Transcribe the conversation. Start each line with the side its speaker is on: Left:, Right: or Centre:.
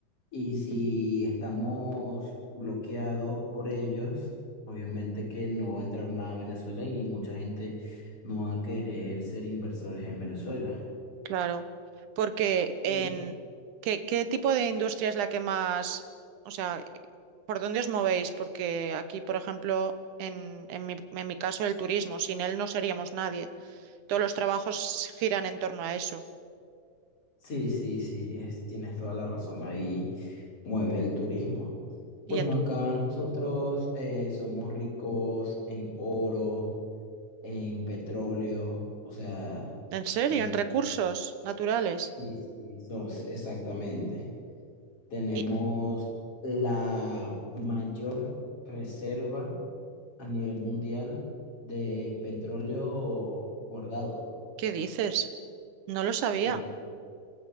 Left: y si estamos bloqueados por ellos, obviamente que no va a entrar nada a Venezuela y mucha gente no va a querer ser inversores en Venezuela.
Right: Claro. Porque en
Left: Mm,
Right: ¿qué, qué tipo de industria es la que más, o sea, por dónde os movéis? Porque aquí, por ejemplo, en, en mi, en mi caso, el turismo, sin él no seríamos nadie. Todos los trabajos giran en torno a eso.
Left: Sí, sí, sí, es- tienes toda la razón, ahí mueve el turismo. Bueno,
Right: ¿Y en,
Left: acá nosotros eh, somos ricos en oro en petróleo, o sea,
Right: en serio?
Left: en
Right: ¿En recursos naturales?
Left: Sí, sí, sos- exactamente. Tenemos
Right: ¿Y
Left: la mayor reserva a nivel mundial de petróleo guardado.
Right: qué dices? No lo sabía.
Left: Claro,